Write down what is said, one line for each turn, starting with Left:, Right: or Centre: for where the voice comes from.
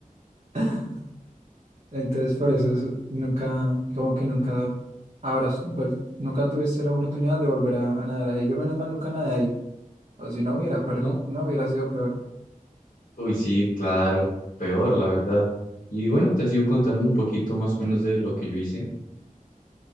Right: <laughs> Entonces, por eso es- nunca, como que nunca habrás vuel- nunca tuviste la oportunidad de volver a, a nadar ahí. Yo, menos mal, nunca nadé ahí. O si no hubiera, per-
Left: ¿no?
Right: no hubiera sido peor.
Left: Uy, sí, claro, peor, la verdad. Y bueno, te sigo contando un poquito más o menos de lo que yo hice